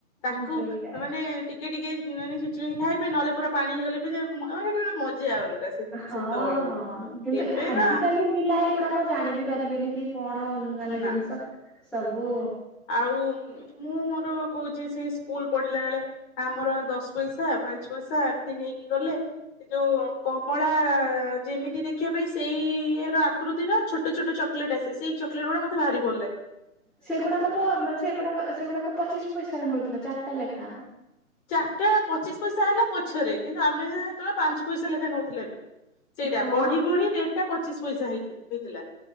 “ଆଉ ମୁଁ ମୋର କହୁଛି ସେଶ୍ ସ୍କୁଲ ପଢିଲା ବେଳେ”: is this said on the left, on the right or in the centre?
Left